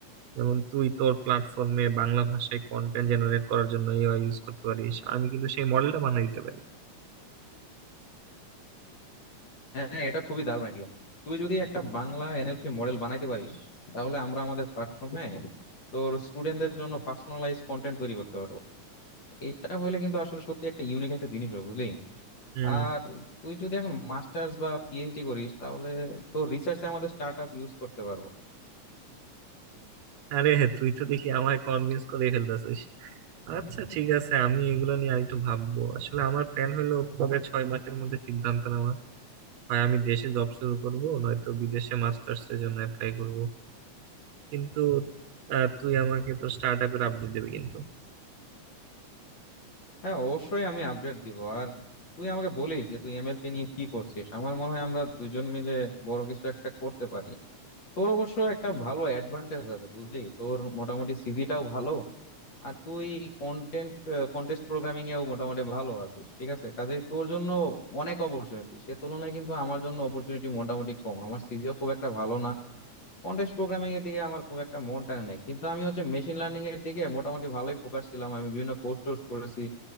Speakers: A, on the right; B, on the left.
A: যেমন তুই তোর প্ল্যাটফর্মে বাংলা ভাষায় কন্টেন্ট জেনারেট করার জন্য এআই ইউজ করতে পারিস আমি কিন্তু সেই মডেলটা বানিয়ে দিতে পারি
B: হ্যাঁ হ্যাঁ, এটা খুবই দারুণ আইডিয়া তুই যদি একটা বাংলা এনএলপি মডেল বানাইতে পারিস তাহলে আমরা আমাদের প্ল্যাটফর্মে তোর স্টুডেন্টদের জন্য পার্সোনালাইজ কন্টেন্ট তৈরি করতে পারবো এটা হলে কিন্তু আসলে সত্যি একটা ইউনিক একটা জিনিস হবে বুঝলি
A: হুম
B: আর তুই যদি এখন মাস্টার্স বা পিএইচডি করিস তাহলে তোর রিসার্চে আমাদের স্টার্ট আপ ইউজ করতে পারবো
A: আরে হ্যাঁ, তুই তো দেখি আমায় কনভিন্স করে ফেলতেছিস আচ্ছা ঠিক আছে আমি এগুলো নিয়ে আরেকটু ভাববো আসলে আমার প্ল্যান হলো পরে ছয় মাসের মধ্যে সিদ্ধান্ত নেওয়া হয় আমি দেশে জব শুরু করব নয়তো বিদেশে মাস্টার্স এর জন্য অ্যাপ্লাই করব কিন্তু আহ, তুই আমাকে তোর স্টার্ট আপের আপডেট দিবি কিন্তু
B: হ্যাঁ অবশ্যই আমি আপডেট দিব আর তুই আমাকে বলিস যে তুই এমএলপি নিয়ে কি করছিস আমার মনে হয় আমরা দুজন মিলে বড় কিছু একটা করতে পারি তোর অবশ্য একটা ভালো অ্যাডভান্টেজ আছে বুঝলি তোর মোটামুটি সিজিটাও ভালো আর তুই কন্টেন্ট কন্টেস্ট প্রোগ্রামিং এও মোটামুটি ভালো আছিস ঠিক আছে কাজেই তোর জন্য অনেক অপরচুনিটি সে তুলনায় কিন্তু আমার জন্য অপরচুনিটি মোটামুটি কম আমার সিজিও খুব একটা ভালো না কন্টেস্ট প্রোগ্রামিং এর দিকে আমার খুব একটা মন টানে নাই কিন্তু আমি হচ্ছে মেশিন লার্নিং এর দিকে মোটামুটি ভালোই ফোকাস ছিলাম আমি বিভিন্ন কোর্স টোর্স করেছি